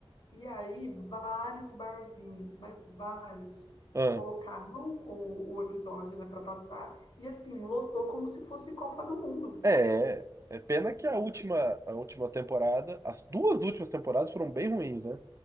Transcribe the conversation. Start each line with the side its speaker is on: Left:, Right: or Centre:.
Left: e aí vários barzinhos, mas vários,
Right: ah.
Left: colocaram o, o episódio, né, para passar, e assim, lotou como se fosse Copa do Mundo.
Right: É, é pena que a última, a última temporada, as duas últimas temporadas foram bem ruins, né?